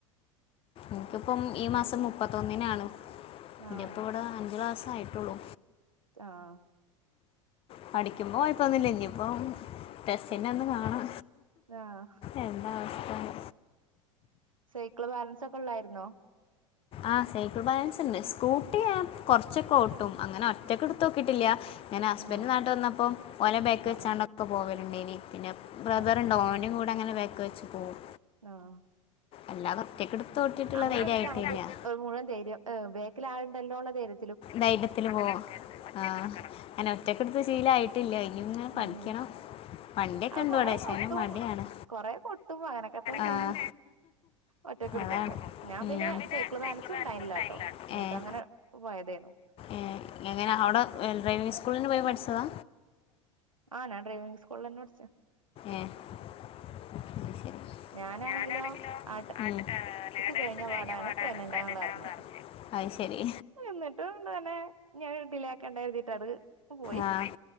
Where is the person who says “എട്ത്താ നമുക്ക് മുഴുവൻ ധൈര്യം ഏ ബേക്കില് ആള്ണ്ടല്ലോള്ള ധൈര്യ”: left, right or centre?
Right